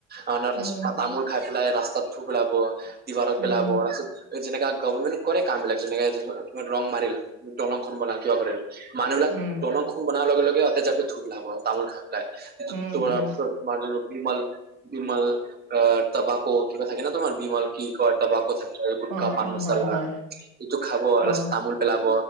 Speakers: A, on the right (about 25°); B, on the right (about 60°).
A: আ না তাপিছত
B: উম
A: তামোল খাই পেলাই ৰাস্তাত থু পেলাব, দিৱাৰত
B: উম
A: পেলাব, তাপিছত যেনেকা গভৰ্মেণ্ট কৰে কাম বিলাক যেনেকে ত ৰং মাৰিল, দলংখন বনাল, কিবা কৰিল মানুহবিলাক
B: উম
A: দলংখন বনাৰ লগে লগে সিহঁতে যাব থু পেলাব তামোল খাই পেলাই য
B: উম
A: তোমাৰ
B: উম
A: তমাৰ বিমল বিমল অ তবাকু কিবা থাকে ন তোমাৰ বিমল কি কয় তবাকো থাকে, গুটকা,
B: অ
A: পান
B: অ
A: মচালা
B: হয় হয়
A: তো খাব আৰু
B: অ
A: তামোল পেলাব